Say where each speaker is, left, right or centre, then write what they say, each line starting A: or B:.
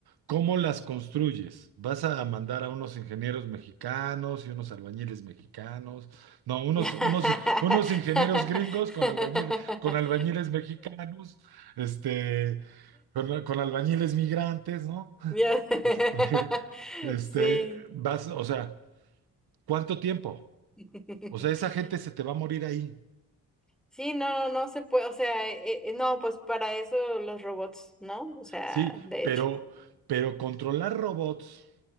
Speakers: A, on the right (about 65°); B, in the centre.
A: ¿Cómo las construyes? ¿Vas a mandar a unos ingenieros mexicanos y unos albañiles mexicanos? No, unos,
B: <laughs>
A: unos, unos ingenieros gringos con albañiles, con albañiles mexicanos, este, con, con albañiles migrantes, ¿no? <laughs>
B: Ya- <laughs>
A: Este, este,
B: Sí.
A: vas, o sea, ¿cuánto tiempo?
B: <laughs>
A: O sea, esa gente se te va a morir ahí.
B: Sí, no, no, no se puede, o sea, eh, eh, no, pues para eso los robots, ¿no? O sea,
A: Sí,
B: de
A: pero,
B: hecho.
A: pero controlar robots.